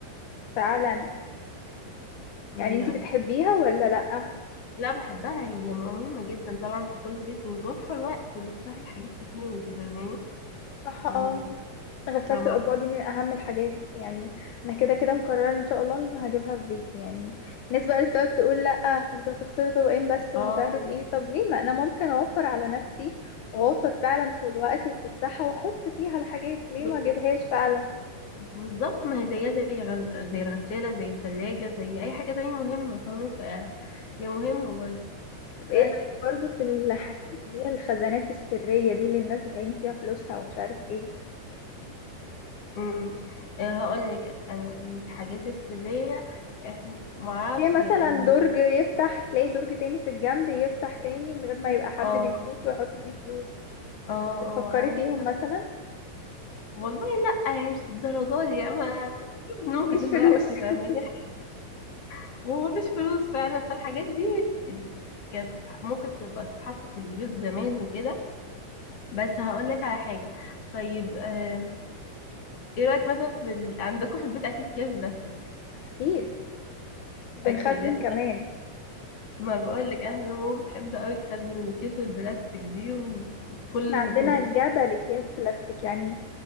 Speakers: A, on the left; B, on the left.
A: فعلا
B: ما
A: يعني
B: هي
A: انت
B: غساله
A: بتحبيها ولا لأ
B: لا بحبها هي مهمه جدا طبعا في كل بيت وتوفر وقت وبتسهل حاجات كتير انت فاهماني
A: صح اه
B: فاهمة-
A: غسالة
B: فاهمة-
A: الأطباق دي من أهم الحاجات يعني أنا كده كده مقررة إن شاء الله إن هجيبها في بيتي يعني الناس بقى اللي بتقعد تقول لأ انتوا هتخسروا طبقين بس
B: اه
A: ومش عارف ايه طب ليه ما أنا ممكن أوفر على نفسي وأوفر
B: ب-
A: فعلا في الوقت وفي الصحة وأحط فيها الحاجات ليه
B: ب-
A: ما أجيبهاش فعلا
B: بالظبط ما هي زيها زي غ- زي الغساله زي الثلاجه زي اي حاجه تانية مهمه فاهمه ف هي مهمه برضه
A: طب
B: بس
A: ايه رأيك برضو في الحاجات اللي هي الخزانات السرية دي اللي الناس بتعين فيها فلوسها ومش عارف ايه
B: امم هقول لك انا الحاجات السريه احنا ما اعرفش
A: هي مثلا
B: يعني
A: درج يفتح تلاقي درج تاني في الجنب يفتح تاني من غير ما يبقى حد
B: اه
A: بيشوفه ويحط فيه فلوس
B: اه
A: بتفكري
B: اه عندك
A: فيهم
B: حق
A: مثلا
B: والله لا يعني مش للدرجه دي يعني ما ك- في بنوك
A: مفيش
B: دلوقتي
A: فلوس
B: فاهمه
A: <laughs>
B: يعني، ومفيش فلوس فعلا فالحاجات دي كانت ممكن تبقى تتحط في البيوت زمان وكده بس هقول لك على حاجه طيب آه، ايه رايك مثلا في ال... عندكم في البيت اكيد اكياس بلاستيك
A: اكيد وبنخزن
B: اكيد
A: كمان
B: ما بقول لك احنا ماما بتحب قوي تخزن الكيس البلاستيك دي وكل
A: احنا عندنا
B: ما-
A: جبل اكياس بلاستيك يعني